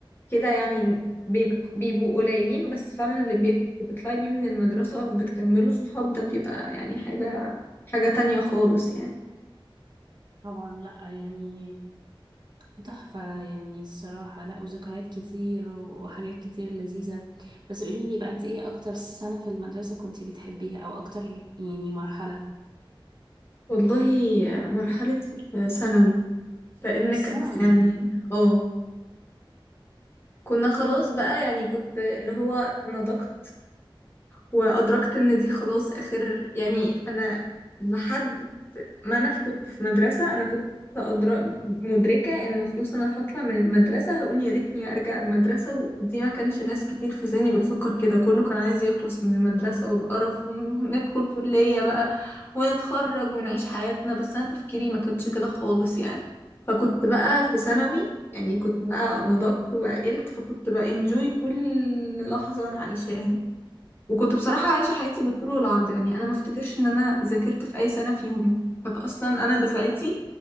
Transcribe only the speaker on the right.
طبعا لا يعني تحفة يعني الصراحة لا وذكريات كتير وحاجات كتير لذيذة بس قوليلي بقى انت ايه اكتر سنة في المدرسة كنتي بتحبيها او اكتر يعني مرحلة
الثانوي